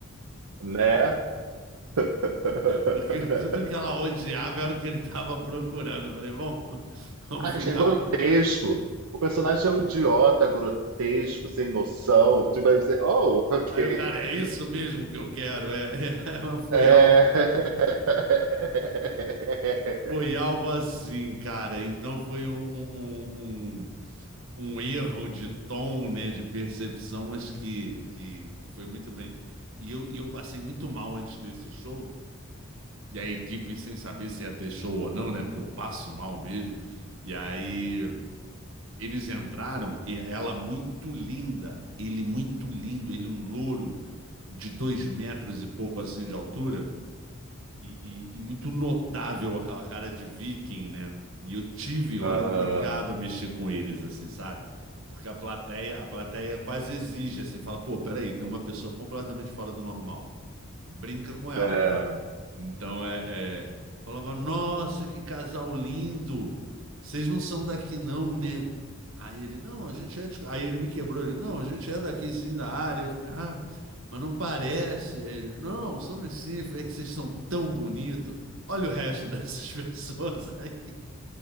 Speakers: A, on the right (about 80°); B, on the right (about 65°).
A: né? <laughs>
B: Porque tudo que ela odiava era o que ele estava procurando. Eu falei, bom, vamos
A: Ah,
B: ficar.
A: é grotesco. O personagem é um idiota, grotesco, sem noção. Tu vai dizer, oh, ok.
B: Aí o cara, é isso mesmo que eu quero. É, é, é, foi,
A: É...
B: algo,
A: <laughs>
B: foi algo assim, cara. Então foi um, um, um, um um erro de tom, né, de percepção, mas que, que, que foi muito bem. E eu, e eu passei muito mal antes desse show. E a equipe, sem saber se ia ter show ou não, né? Porque eu passo mal mesmo. E aí Eles entraram, e ela muito linda, ele muito lindo, ele um louro de dois metros e pouco assim de altura, e, e- e muito notável aquela cara de viking, né? E eu tive, eu
A: Aham,
B: era obrigado a mexer com eles, assim, sabe? Porque a plateia, a plateia quase exige, assim, fala, pô, peraí, tem uma pessoa completamente fora do normal brinca com ela,
A: é.
B: né? Então é, é, falava, nossa, que casal lindo! Vocês não são daqui não, né? Aí ele, não, a gente é. de-" Aí ele me quebrou, ele, não, a gente é daqui sim, da área. Eu falei, ah, mas não parece. Aí ele, não, somos sim, Eu falei "É que vocês são tão bonitos. Olha o resto dessas <laughs> pessoas aqui.